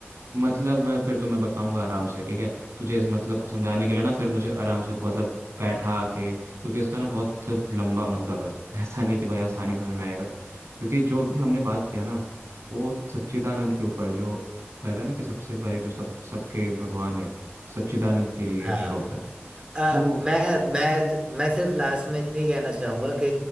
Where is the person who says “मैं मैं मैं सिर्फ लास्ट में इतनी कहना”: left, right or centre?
Right